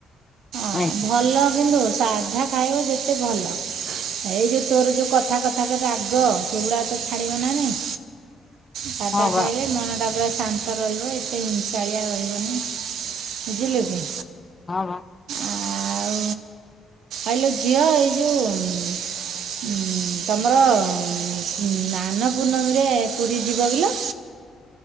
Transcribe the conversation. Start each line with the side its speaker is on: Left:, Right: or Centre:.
Right: ହଁ
Left: ଆଇଁଷ
Right: ଭଲ କିନ୍ତୁ ସାଧା ଖାଇବ ଯେତେ ଭଲ। ଏଇ ଯୋଉ ତୋର ଯୋଉ କଥା କଥା କେ ରାଗ ସେଗୁଡା ତ ଛାଡ଼ିବ ନା ନାଇଁ। ସାଧା
Left: ହଁ ବା
Right: ଖାଇଲେ ମନଟା ପୁରା ଶାନ୍ତ ରହିବ ଏତେ ହିଂସାଳିଆ ରହିବନି ବୁଝିଲୁ କି।
Left: ହଁ ଭ
Right: ଆଉ ଆଇଲୋ ଝିଅ ଏଇ ଯଉ ଉଁ ତମର ଉଁ ନାନ ପୂର୍ଣ୍ଣମୀରେ ପୁରୀ ଯିବ ବେଲେ